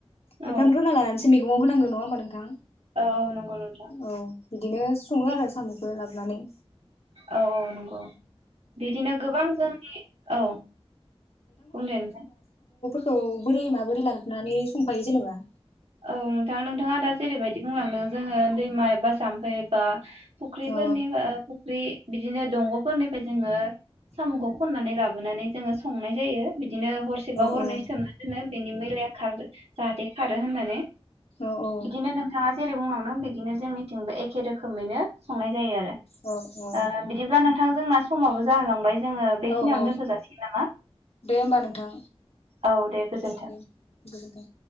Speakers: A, on the right; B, on the left.
A: औ
B: एवफ्रामग्रोना लानानैसो मेगंआव होनांगो नङा होमबा नोंथां
A: ओ नंगौ नोंथां
B: औ बिदिनो सङो आरो साम'खौ लाबोनानै
A: औ औ नंगौ बिदिनो गोबां जोंनि औ बुंदे नोंथां
B: थ बोरै माबोरै लाोनानानै संफायो जेनेबा
A: औ नोंथां नोंथाङा दा जेरैबायदि बुंलांदों जोङो दैमा एबा जाम्फै एबा फुख्रिफोरनि
B: अ
A: फुख्रि बिदिनो दंग'फोरनिफ्राय जोङो साम'खौ खननानै लाबोनानै जोङो संनाय जायो बिदिनो हरसेबा
B: औ
A: हरनै
B: औ
A: सोमना दोनो बेनि मैलाया खार जाहाथे खारो होनना
B: औ औ
A: बिदिनो नोंथाङा जे बुंलांदों बिदिनो जोंनिथिंबो एखे रोखोमैनो संनाय जायो आरो
B: औ
A: ओ बिदिब्ला नों बिथांजोंना समाबो जाहोलांबाय। जोङो बेखिनियावनो
B: औ औ
A: दोनथ' जाासिगोन नामा
B: दे होमबा नोंथां
A: औ दे गोजोन्थों
B: दे गोजोनथों